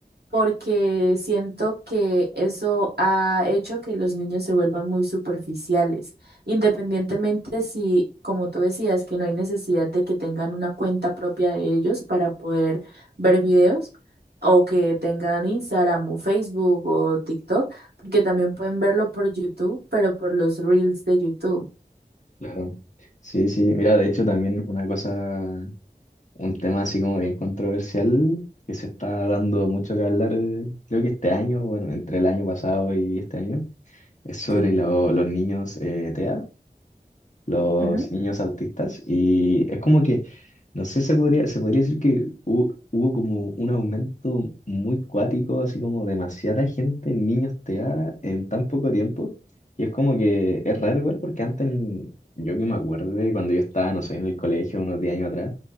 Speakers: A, on the right; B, on the left.
A: porque siento que eso ha hecho que los niños se vuelvan muy superficiales. Independientemente si, como tú decías, que no hay necesidad de que tengan una cuenta propia de ellos para poder ver videos o que tengan Instagram o Facebook o TikTok, porque también pueden verlo por YouTube, pero por los reels de YouTube.
B: Claro. ¿no? Sí, sí. Mira, de hecho también una cosa, un tema así como bien controversial, que se está dando mucho que hablar, eh, creo que este año, bueno, entre el año pasado y este año, es sobre
A: Sí.
B: lo- los niños eh, TEA. los
A: Ujú.
B: niños autistas y es como que, no sé, se podría, se podría decir que hu- hubo, como un aumento muy cuático, así como demasiada gente niños niños TEA en tan poco tiempo y es como que es raro igual porque antes, en- yo que me acuerdo de cuando yo estaba, no sé, en el colegio unos 10 años atrás,